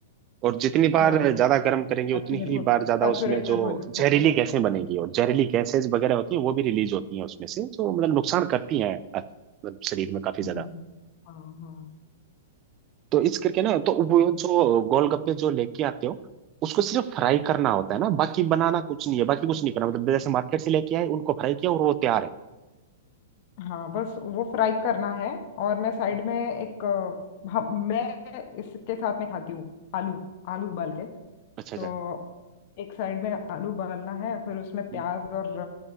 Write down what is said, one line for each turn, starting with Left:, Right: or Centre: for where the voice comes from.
Right: और जितनी बार
Left: खराब होते
Right: ज्यादा
Left: जाता
Right: गर्म करेंगे उतनी
Left: सैचुरेट
Right: ही
Left: होते
Right: बार ज्यादा
Left: सैचुरेटेड
Right: उसमें जो
Left: हो जा-
Right: जहरीली
Left: होता जाता
Right: गैसें
Left: है
Right: बनेगी और जहरीली गैसेज वगैरह होती हैं वो भी रिलीज होती हैं उसमें से जो मतलब नुकसान करती हैं अ- मतलब शरीर में काफी ज्यादा
Left: हम्म हाँ हाँ
Right: तो इस करके ना तो वो जो गोलगप्पे जो लेके आते हो उसको सिर्फ फ्राई करना होता है ना बाकी बनाना कुछ नहीं है बाकी कुछ नहीं करना मतलब जैसे मार्केट से लेके आए उनको फ्राई किया और वो तैयार है
Left: हाँ बस वो फ्राई करना है और मैं साइड
Right: हाँ,
Left: में एक अ, हम- मैं इसके साथ में खाती हूँ आलू आलू उबाल के
Right: अच्छा
Left: तो
Right: अच्छा
Left: एक साइड में आलू उबालना है फिर उसमें प्याज
Right: हम्म,
Left: और